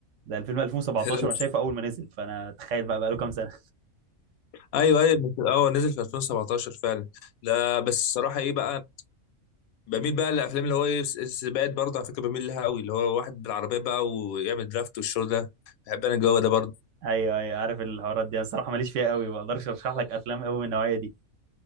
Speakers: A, on the right (about 65°); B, on the left (about 80°).
A: ده الفيلم 2017
B: <laughs>
A: وانا شايفه اول ما نزل فانا تخيل بقى بقى له كام سنه
B: ايوه ايوه اه نزل في 2017 فعلا لا بس الصراحه ايه بقى بميل بقى للافلام اللي هو ايه س- سباقات برضه على فكره بميل لها قوي اللي هو واحد بالعربيه بقى ويعمل درافت والشو ده بحب انا الجو ده برضه
A: ايوه ايوه عارف الحوارات دي انا الصراحه ماليش فيها قوي ما اقدرش ارشح لك افلام قوي من النوعيه دي